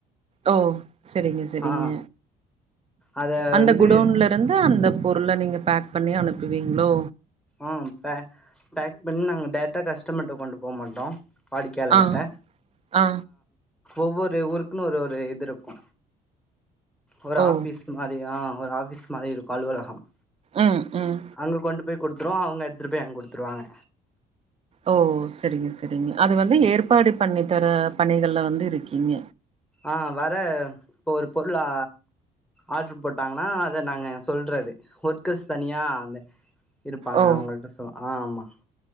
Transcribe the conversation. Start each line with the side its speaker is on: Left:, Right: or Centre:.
Right: ஓ செரிங்க செரிங்க
Centre: ஆ அத
Right: அந்த
Centre: வந்து
Right: குடோன்ல வந்து அந்த பொருள நீங்க பேக் பண்ணி அனுப்புவீங்ளோ
Centre: ஆ பே பேக் பண்ணி நாங்க டேர்டா கஸ்டமர்ட்ட கொண்டு போ மாட்டோ வாடிக்கையாளர்ட்ட
Right: ஆ ஆ
Centre: ஒவ்வொரு ஊருக்குன்னு ஒரு ஒரு இது இருக்கு ஒரு
Right: ஓ
Centre: ஆஃபிஸ் மாதிரி ஆ ஒரு ஆஃபிஸ் மாதிரி இருக்கு அலுவலகம்
Right: ம் ம்
Centre: அங்க கொண்டு போய் குடுத்துருவோ அவுங்க எடுத்துட்டு போய் அங் குடுத்துருவாங்க
Right: ஓ செரிங்க செரிங்க அது வந்து ஏற்பாடு பண்ணி தர பணிகள்ல வந்து இருக்கீங்க
Centre: ஆ வர இப்ப ஒரு பொருளா ஆர்டர் போட்டாங்கன்னா அத நாங்க சொல்றது ஒர்க்கர்ஸ் தனியா அந்த இருப்பாங்க
Right: ஓ
Centre: அவுங்கள்ட்ட சொ ஆ ஆமா